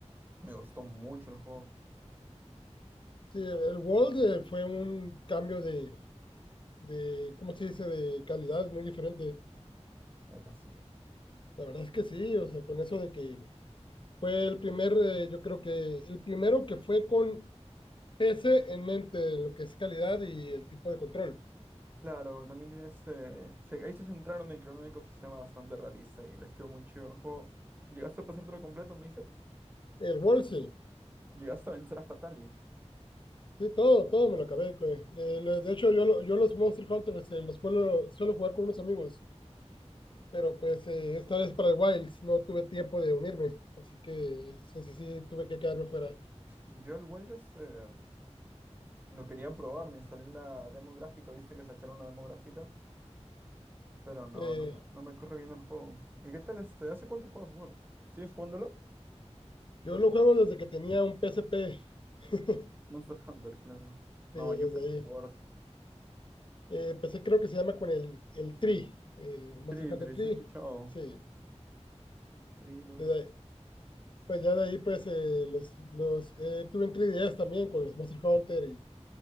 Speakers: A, on the right; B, on the left.
A: Me gustó mucho el juego,
B: Sí, el, el World eh, fue un cambio de, de, ¿cómo se dice?, de calidad muy diferente.
A: neta sí.
B: La verdad es que sí, o sea, con eso de que fue el primer, eh, yo creo que el primero que fue con PC en mente, lo que es calidad y el tipo de control.
A: Claro, también tiene este... se- ahí se centraron en crear un ecosistema bastante realista y les quedó muy chido el juego. ¿Llegaste a pasártelo completo, me dices?
B: El World, sí.
A: ¿Llegaste a vencer a Fatalis?
B: Sí, todo, todo me lo acabé, güey. Eh,
A: Erga,
B: lo- de hecho, yo, lo- yo los Monster Hunters eh, los suelo, suelo jugar con unos amigos,
A: erga.
B: pero pues eh, esta vez para el Wilds no tuve tiempo de unirme, así que ese sí tuve que quedarme fuera.
A: Yo el Wells este, lo quería probar, me instalé la demográfica, viste que sacaron la demográfica, pero no,
B: Eh,
A: no me, no me corre bien el juego. ¿Y qué tal este? ¿Hace cuánto juegas Word? ¿Sigues jugándolo?
B: yo lo juego desde que tenía un PSP, <laughs> eh,
A: Este, Monster Hunter, claro. No,
B: desde
A: yo empecé
B: ahí.
A: en Word.
B: Eh, empecé creo que se llama con el, el Tree, el Monster
A: Tri,
B: Hunter
A: Tri,
B: Tree,
A: sí he escuchado.
B: sí.
A: Tri, los-
B: desde ahí- pues ya de ahí pues eh, los, los eh, tuve en 3DS también con los Monster Hunter y